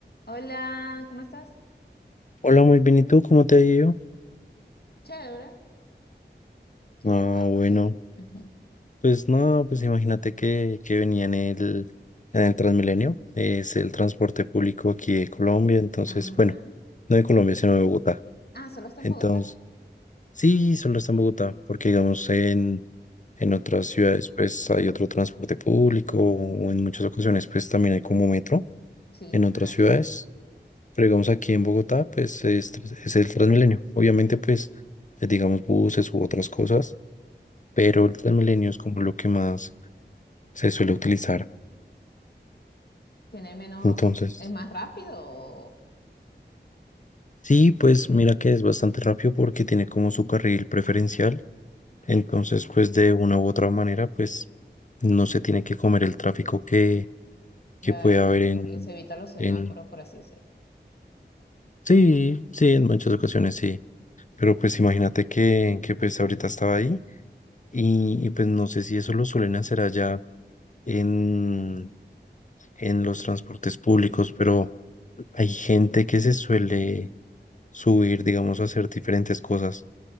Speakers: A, on the left; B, on the left.
A: Hola, ¿cómo estás?
B: Hola, muy bien. ¿Y tú cómo te ha ido?
A: Chévere, que
B: Ah,
A: de nuevo
B: bueno,
A: por ahí. Ujú.
B: pues no, pues imagínate que, que venía en el, en el Transmilenio, es el transporte público aquí de Colombia, entonces,
A: Ajá.
B: bueno, no de Colombia, sino de Bogotá.
A: Ah, ¿solo está
B: Entonces,
A: en Bogotá?
B: sí, solo está en Bogotá, porque digamos en, en otras ciudades pues hay otro transporte público o en muchas ocasiones pues también hay como metro
A: Sí,
B: en otras
A: ah,
B: ciudades,
A: ya.
B: pero digamos aquí en Bogotá pues es, tr- es el Transmilenio. Obviamente pues eh, digamos buses u otras cosas pero las milenio es como lo que más se suele utilizar.
A: Tiene menos,
B: Entonces,
A: es más rápido, o-
B: sí, pues mira que es bastante rápido porque tiene como su carril preferencial. Entonces, pues de una u otra manera, pues no se tiene que comer el tráfico que,
A: claro,
B: que puede haber en,
A: eh, se evita los semáforos,
B: en...
A: por así decirlo.
B: Sí, sí, en muchas ocasiones sí. Pero pues imagínate que, que pues ahorita estaba ahí y, y pues no sé si eso lo suelen hacer allá en, en los transportes públicos, pero hay gente que se suele subir, digamos, hacer diferentes cosas,